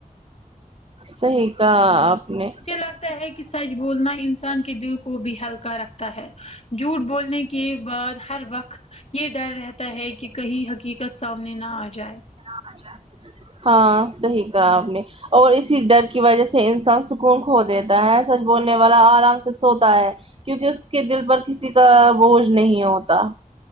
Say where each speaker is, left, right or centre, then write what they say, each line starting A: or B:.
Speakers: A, on the right; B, on the left.
A: صحیح کہا آپ نے
B: مجھے لگتا ہے کہ سچ بولنا انسان کے دل کو بھی ہلکا رکھتا ہے جھوٹ بولنے کے بعد ہر وقت یہ ڈر رہتا ہے کہ کہی حقیقت سامنے نہ آ جائے
A: <inaudible> ہاں صحیح کہا آپ نے اور اسی ڈر کی وجہ سے انسان سکون کھو دیتا ہے سچ بولنے والا آرام سے سوتا ہے کیونکہ اس کے دل پر کسی کا بوجھ نہیں ہوتا